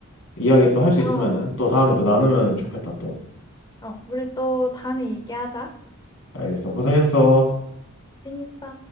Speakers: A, on the left; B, on the left.
A: 이야기를 또 할 수
B: 아,
A: 있으면은, 또 다음에 또 나누면 좋겠다, 또.
B: 어, 우리 또 다음에 얘기하자.
A: 알겠어. 고생했어.
B: 땡있어.